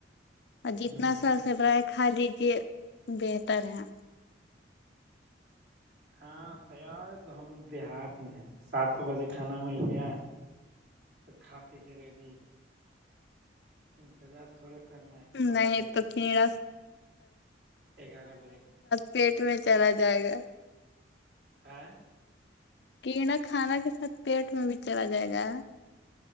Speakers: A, on the left (about 60°); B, on the right (about 55°).
A: اور
B: دیتے
A: جتنا
B: ہوں
A: سر برائے کھا لیجیے بہتر ہے
B: ہاں اب قیاس ہم دیہات میں ہیں ساتھو بجے کھانا مل گیا تو کھا پی کے ریڈی انتظار تھوڑے کرنا ہے کہ
A: نہیں
B: بارہ بجے
A: تو کیڑا
B: گیارہ بجے
A: پلیٹ میں چلا جائے گا
B: ہاں
A: کہ یہ نا کھانا کے ساتھ پیٹ میں بھی چلا جائے گا